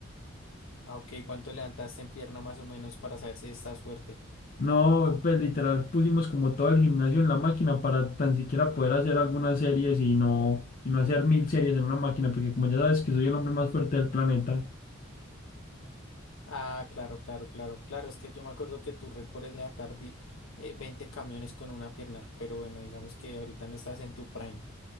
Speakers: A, on the left (about 85°); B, on the left (about 40°).
A: Ah, ok, ¿cuánto levantaste en pierna más o menos para saber si estás fuerte?
B: No, pues literal pusimos como todo el gimnasio en la máquina para tan siquiera poder hacer algunas series y no, y no hacer mil series en una máquina, porque como ya sabes que soy el hombre más fuerte del planeta,
A: Ah, claro, claro, claro, claro, es que yo me acuerdo que tu récord es levantar di- eh, 20 camiones con una pierna, pero bueno, digamos que ahorita no estás en tu prime.